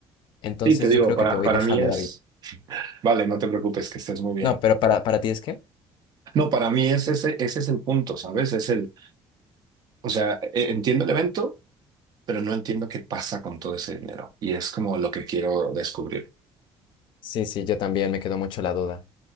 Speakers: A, on the left (about 60°); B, on the right (about 45°).
A: Entonces
B: Sí, te digo,
A: yo creo
B: para,
A: que te voy
B: para
A: dejando,
B: mí es...
A: David.
B: Vale, no te preocupes, que estés muy bien.
A: No, pero para, para ti es que...
B: No, para mí es ese, ese es el punto, ¿sabes? Es el, o sea, e- entiendo el evento, pero no entiendo qué pasa con todo ese dinero. Y es como lo que quiero descubrir.
A: Sí, sí, yo también me quedó mucho la duda.